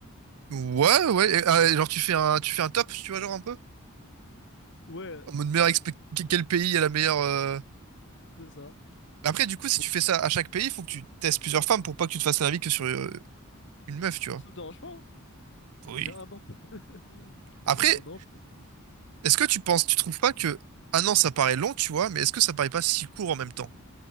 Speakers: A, on the right; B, on the left.
A: ouais, ouais. et, euh, genre, tu fais un, tu fais un top, tu vois, genre un peu?
B: Ouais,
A: En mode meilleur expé-
B: euh,
A: que- quel pays a la meilleure. euh,
B: c'est ça.
A: Mais Après, du coup, si
B: Bon,
A: tu fais ça à chaque pays, il faut que tu testes plusieurs femmes pour pas que tu te fasses un avis que sur euh, une meuf, tu vois.
B: ça me dérange pas. hein.
A: Oui.
B: J'ai un an. <laughs>
A: Après,
B: J'ai un an pour...
A: est-ce que tu penses, tu trouves pas que. Ah non, ça paraît long, tu vois, mais est-ce que ça paraît pas si court en même temps?